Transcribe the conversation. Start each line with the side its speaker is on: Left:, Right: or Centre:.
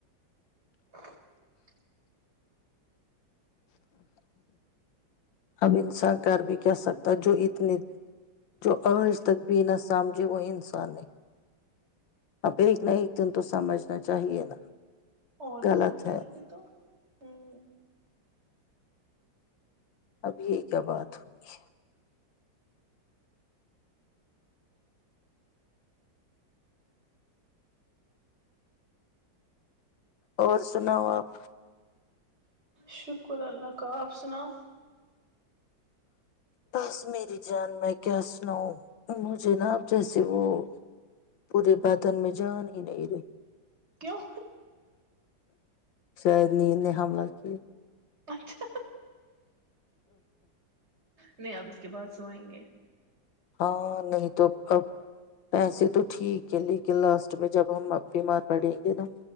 Right: <unintelligible>
Left: اب انسان کار بھی کہہ سکتا جو اتنی جو آج تک بھی نہ سمجھے وہ انسان ہے آب ایک نہ ایک دن تو سمجھنا چاہیے نا
Right: اور
Left: غلط
Right: کیا وہی
Left: ہے
Right: تو ہاں
Left: اب یہی کیا بات ہوئی ہے اور سناؤ آپ
Right: شکر اللہ کا آپ سناؤ
Left: بس میری جان میں کیا سناؤ مجھے نا اپ جیسے وہ پورے بتن میں جان ہی نہیں رہی
Right: کیوں
Left: شاید ند نے حملہ کیا
Right: پچچا نہیں اب اس کے بعد سو آئیں گے <unintelligible>
Left: ہاں نہیں تو اب پیسے تو ٹھیک ہے لیکن لاسٹ میں جب ہم اپ بی مار پڑیں گے نا